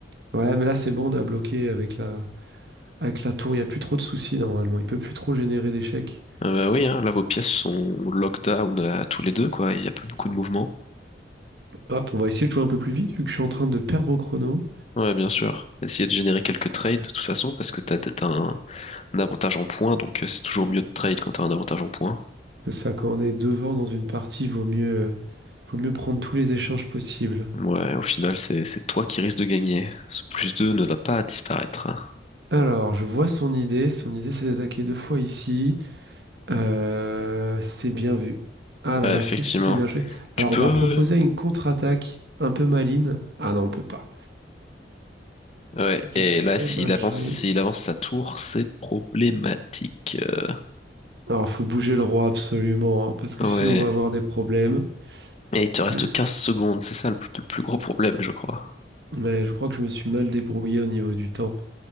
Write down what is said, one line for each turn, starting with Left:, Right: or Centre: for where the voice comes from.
Right: Ouais, mais là, c'est bon, on a bloqué avec la, avec la tour. Il n'y a plus trop de soucis, normalement. Il peut plus trop générer d'échecs.
Left: Euh, bah oui, hein, là, vos pièces sont lockdown à tous les deux, quoi. Il n'y a plus beaucoup de mouvement.
Right: Hop, on va essayer de jouer un peu plus vite, vu que je suis en train de perdre au chrono.
Left: Ouais, bien sûr. Essayez de générer quelques trades, de toute façon, parce que t'as, t'as un un avantage en points, donc euh, c'est toujours mieux de trade quand t'as un avantage en points.
Right: C'est ça, quand on est devant dans une partie, vaut mieux, vaut mieux prendre tous les échanges possibles.
Left: Ouais, au final, c'est c'est toi qui risques de gagner. Ce plus 2 ne va pas disparaître. hein.
Right: Alors, je vois son idée. Son idée, c'est d'attaquer deux fois ici. Euh, c'est bien vu. Ah là
Left: Ouais,
Right: là,
Left: effectivement.
Right: qu'est-ce que c'est bien joué. Alors,
Left: Tu peux...
Right: on va proposer une contre-attaque un peu maligne. Ah non, on peut pas.
Left: Ouais,
Right: Ok,
Left: et
Right: c'était
Left: là, s'il
Right: mal
Left: avance,
Right: joué.
Left: s'il avance sa tour, c'est problématique. Euh,
Right: Alors, faut bouger le roi absolument, hein, parce que
Left: Ouais.
Right: sinon on va avoir des problèmes.
Left: Et il te reste
Right: Le... s-
Left: quinze secondes, c'est ça le plus, le plus gros problème, je crois.
Right: Ouais, je crois que je me suis mal débrouillé au niveau du temps.